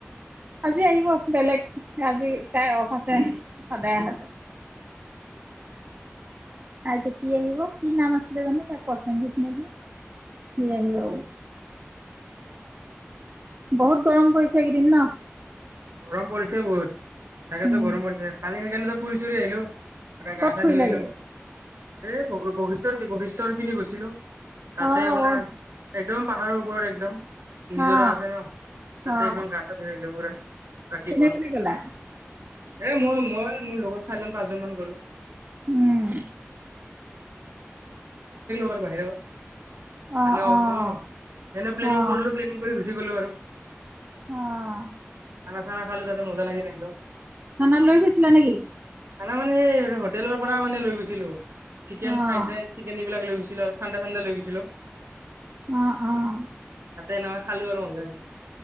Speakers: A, on the right; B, on the right.
A: আজি আহিব বেলেগ আজি তাই অফ আছে সদায় আহে আজি কি আহিব কি নাম আছিলে জানো তাই পচেনজিত নেকি সি আহিব,
B: অ'
A: বহুত গৰম পৰিছে এইকেইদিন ন
B: গৰম পৰিছে বহুত তাকেতো
A: উম,
B: গৰম পৰিছে কালি সেইকাৰণে ফুৰি চুৰি আহিলো পোৰা গা
A: ক'ত
B: চা
A: ফুৰিলাগে?
B: ধুই আহিলোঁ এ বহুত বশিৰ বশিষ্টৰ সেইপিনে গৈছিলো তাতে
A: অ',
B: আপোনাৰ
A: অ',
B: একদম পাহাৰৰ ওপৰত এক <unintelligible> নিজৰা
A: অ',
B: আছে ন তাতে
A: অ',
B: একদম গা চা ধুই আহিলোঁ পুৰা ৰাতিপুৱা।
A: কোনে কোনে গ'লা
B: এ মই মই মোৰ লগত চাৰিজন পাঁচজন মান গলো
A: উম,
B: <unintelligible> বাহিৰত
A: অ',
B: কালি অফ
A: অ',
B: আছিল ন এনে প্লেনীং
A: অ',
B: কৰিলো প্লেনীং কৰি গুচি গুচি গলো আৰু
A: অ'।
B: খানা-চানা খালোঁ, তাতে মজা লাগিল একদম।
A: খানা লৈ গৈছিলা নেকি?
B: খানা মানে সেই হোটেলৰ পৰা মানে লৈ গৈছিলোঁ। চিকেন
A: অ',
B: ফ্ৰাইড ৰাইচ, চিকেন এইবিলাক লৈ গৈছ ছিলো আৰু ঠাণ্ডা-ঠাণ্ডা লৈ গৈছিলোঁ।
A: অ' - অ'।
B: এনেকা খালো আৰু মজাকে।